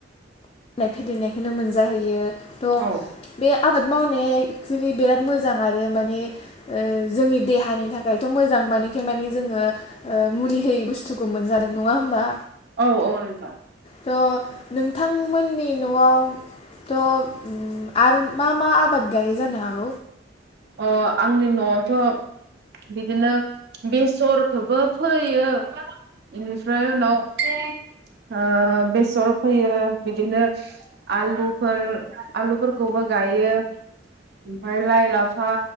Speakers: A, on the left; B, on the right.
A: <unintelligible> नायखौनो मोनजाहैयो। थ'
B: औ
A: बे आबाद मावनाया एक्सुलि बिराद मोजां आरो माने जोंनि देहानि थाखायथ' मोजां माने मानिे जोङो मुलि होयै बुस्थुखौ मोनजादों नङा होमबा?
B: औ औ नोंथां।
A: थ' नोंथांमोननि न'आव थ' आरो मा मा आबाद गायै जानो हागौ।
B: अ आंनि न'आवथ' बिदिनो बेसरखौबो फोयो इनिफ्राय उनाव बेसर फोयो बिदिनो आलुफोर आलुफोरखौबो गायो। ओमफ्राय लाइ लाफा।